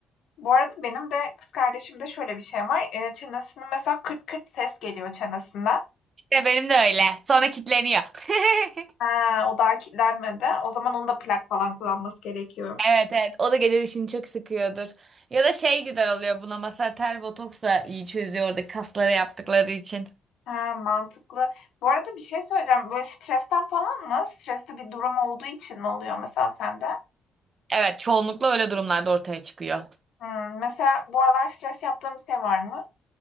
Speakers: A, on the left; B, on the right.
A: Bu arada benim de kız kardeşimde şöyle bir şey var. Eee, çenesinin mesela kırt kırt ses geliyor çenesinden.
B: İşte benim de öyle. Sonra kitleniyor. <laughs>
A: He, o daha kilitlenmedi. O zaman onun da plak falan kullanması gerekiyor.
B: Evet evet o da gece dişini çok sıkıyordur. Ya da şey güzel oluyor buna Mesela tel botoks iyi çözüyor orada kaslara yaptıkları için.
A: He, mantıklı. Bu arada bir şey söyleyeceğim. Böyle stresten falan mı? Stresli bir durum olduğu için mi oluyor mesela sende?
B: Evet çoğunlukla öyle durumlarda ortaya çıkıyor.
A: Hımm. Mesela bu aralar stres yaptığım bir şey var mı?